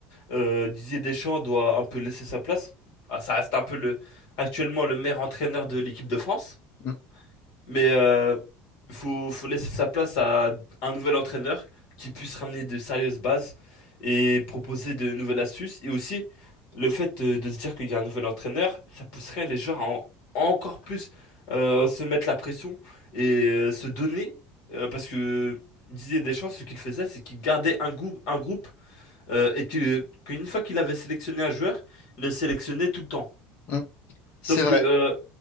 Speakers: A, on the left; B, on the left.
A: Euh, Didier Deschamps doit un peu laisser sa place. Ah, ça reste un peu le, actuellement le meilleur entraîneur de l'équipe de France.
B: mm,
A: Mais euh, faut, faut laisser sa place à un nouvel entraîneur qui puisse ramener de sérieuses bases et proposer de nouvelles astuces. Et aussi, le fait de, de se dire qu'il y a un nouvel entraîneur, ça pousserait les joueurs à en- encore plus euh, se mettre la pression et euh, se donner. Euh, parce que Didier Deschamps, ce qu'il faisait, c'est qu'il gardait un groupe, un groupe euh, et que, qu'une fois qu'il avait sélectionné un joueur, il le sélectionnait tout le temps.
B: mm.
A: Sauf
B: C'est vrai.
A: que, euh,